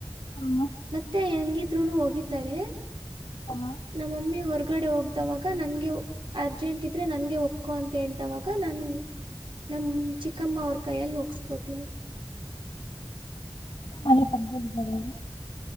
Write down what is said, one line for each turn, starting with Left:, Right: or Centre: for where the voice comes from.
Left: ನಿಮ್ಮ
Right: ಮತ್ತೆ ಹೆಂಗ್ ಹೆಂಗಿದ್ರುನು ಒಗಿತಾರೆ
Left: ಅಮ್ಮ
Right: ನಮ್ಮಮ್ಮಿ ಹೊರಗಡೆ ಹೋಗ್ದವಾಗ ನನ್ಗೆ ಅರ್ಜೆಂಟ್ ಇದ್ರೆ ನನ್ಗೆ ಒಕ್ಕೋ ಅಂತ ಹೇಳ್ದವಾಗ ನಾನು ನಮ್ಮ ಚಿಕ್ಕಮ್ಮ ಅವ್ರ ಕೈಯ್ಯಲ್ಲಿ ಒಗುಸ್ಕೊತಿನಿ
Left: ಮನೆ ಪಕ್ಕದ ಮನೆಯವ್ರ